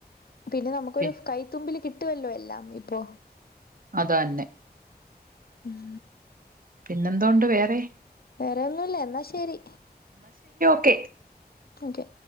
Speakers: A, on the left; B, on the right.
A: പിന്നെ നമുക്കൊരു
B: പി-
A: കൈത്തുമ്പിൽ കിട്ടുവല്ലോ എല്ലാം ഇപ്പോ
B: അതന്നെ
A: ഉം
B: ന്നെന്തൊണ്ട് വേറെ
A: വേറെ ഒന്നുല്ല എന്നാ ശെരി
B: ക്കെ
A: ഒകെ